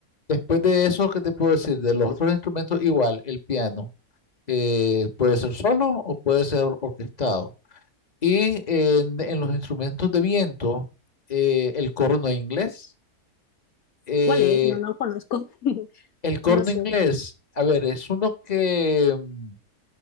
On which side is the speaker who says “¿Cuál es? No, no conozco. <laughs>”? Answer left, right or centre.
Left